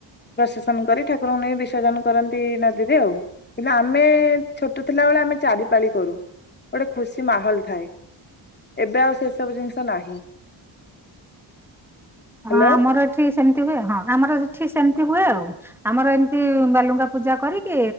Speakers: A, on the left; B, in the centre.
A: ପ୍ରସେସନ୍ କରି ଠାକୁରଙ୍କୁ ନେଇ ବିସର୍ଜନ କରନ୍ତି ନଦୀରେ ଆଉ। କିନ୍ତୁ ଆମେ ଛୋଟ ଥିଲା ବେଳେ ଆମେ ଚାରି ପାଳି କରୁ ଗୋଟେ ଖୁସି ମାହୋଲ ଥାଏ। ଏବେ ଆଉ ସେ ସବୁ ଜିନିଷ ନାହିଁ। ହ୍ୟାଲୋ।
B: ହଁ ଆମର ଏଠି ସେମିତି ହୁଏ ହଁ ଆମର ସେଠି ସେମିତି ହୁଏ ଆଉ। ଆମର ଏମିତି ବାଲୁଙ୍କା ପୂଜା କରିକି